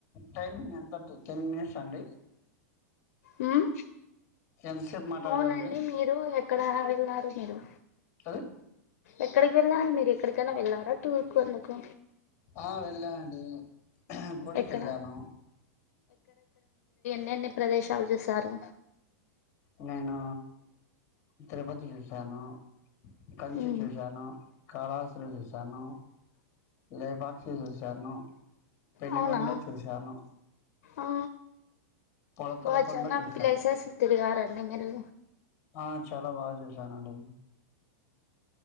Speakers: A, on the left; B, on the left.
A: టైమింగ్ ఎంత ఉంటది టెన్ మినిట్సా అండి
B: మ్..
A: ఎంతసేపు మాట్లాడాలండి
B: అవునండి మీరు ఎక్కడా వెళ్ళారు <unintelligible>
A: హ <unintelligible>
B: ఎక్కడికి వెళ్ళారు మీరు ఎక్కడికైనా వెళ్ళారా టూర్ కు అందుకు
A: ఆ వెళ్ళానండి గుడికి
B: ఎక్కడ
A: వెళ్ళాను
B: ఎన్ని ప్రదేశాలు చూసారు
A: నేనూ తరుపతి చూసి సాను కంచి
B: ఉమ్
A: చూశాను కళాహస్తి చూశాను లేపాక్షి చూశాను పెనుగొండ
B: అవునా
A: చూశాను
B: అ.
A: పొలతల
B: వా
A: కొండ
B: చాన
A: చూశా
B: ప్లేసెస్ తిరిగారండి మీరు
A: ఆ చాలా బాగా చూసానండి